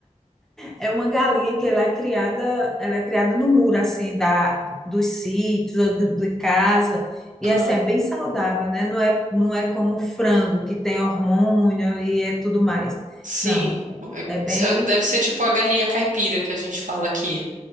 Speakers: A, in the centre; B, on the right.
A: É uma galinha que ela é criada, ela é criada no muro assim da dos sítios ou de, de casa. E
B: Ah,
A: essa é bem saudável, né? Não é, não é como o frango que tem hormônio e é tudo mais.
B: sim.
A: Não, é é bem
B: É, Deve ser tipo a galinha caipira que a gente fala aqui.